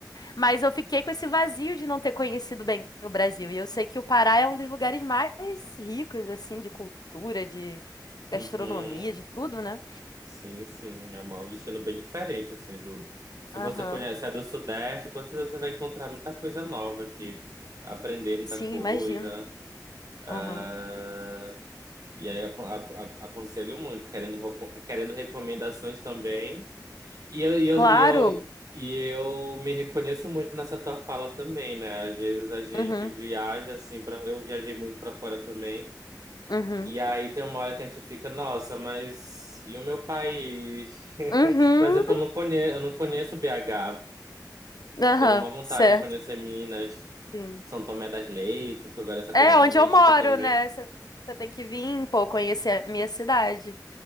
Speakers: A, on the left; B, on the right.
A: Mas eu fiquei com esse vazio de não ter conhecido bem o Brasil. E eu sei que o Pará é um dos lugares mais ricos assim de cultura, de gastronomia,
B: uhum.
A: de tudo, né?
B: Sim, sim, é uma- um destino bem diferente, assim, do... Se
A: Aham.
B: você conhece a do Sudeste, com certeza você vai encontrar muita coisa nova aqui, aprender muita
A: Sim,
B: coisa,
A: imagino.
B: ah,
A: Aham.
B: e aí acon- a- a- aconselho muito, querendo, recom- querendo recomendações também, e eu, e eu,
A: Claro.
B: e eu, e eu me reconheço muito nessa tua fala também, né? Às vezes a gente
A: Uhum.
B: viaja, assim, pra... eu viajei muito para fora também,
A: Uhum.
B: e aí tem uma hora que a gente fica, nossa, mas e o meu país?
A: Uhum.
B: <laughs> Por exemplo, eu não conheço, eu não conheço BH.
A: Aham,
B: Eu tenho uma vontade
A: certo.
B: de conhecer Minas,
A: Sim.
B: São Tomé das Letras, que eu gosto dessa
A: É
B: coisa mais
A: onde
B: mística
A: eu moro,
B: também.
A: né? Você tem que vir, pô, conhecer a minha cidade.